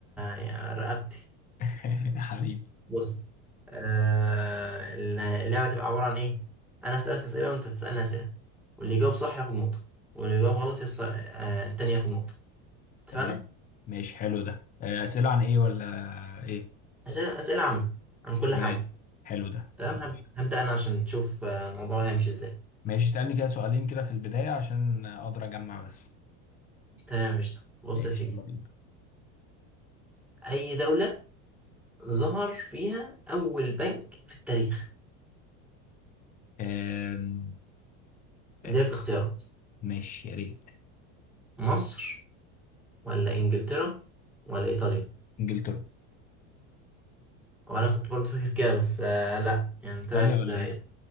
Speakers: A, in the centre; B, on the left.
A: يا رقبتي
B: <laughs> حبيبي
A: بص آه اللعبة هتبقى عبارة عن إيه؟ أنا أسألك أسئلة وأنت تسألني أسئلة واللي يجاوب صح ياخد نقطة واللي يجاوب غلط يخسر آه التاني ياخد نقطة اتفقنا؟
B: تمام ماشي حلو ده آه، اسئله عن ايه ولا ايه
A: عشان أسئلة عامة عن كل
B: تمام
A: حاجة
B: حلو ده
A: تمام هب-
B: ماشي
A: هبدأ أنا عشان تشوف آه، الموضوع هيمشي إزاي
B: ماشي، اسالني كده سؤالين كده في البدايه عشان اقدر اجمع بس
A: تمام قشطة بص
B: ماشي
A: يا سيدي
B: يلا بينا
A: أي دولة ظهر فيها أول بنك في التاريخ
B: آم، آه،
A: عندي لك اختيارات
B: ماشي يا ريت
A: مصر ولا إنجلترا ولا إيطاليا
B: انجلترا
A: وأنا كنت برضه فاكر كده بس آه لأ يعني طلعت
B: ايطاليا ولا
A: آه،
B: ايه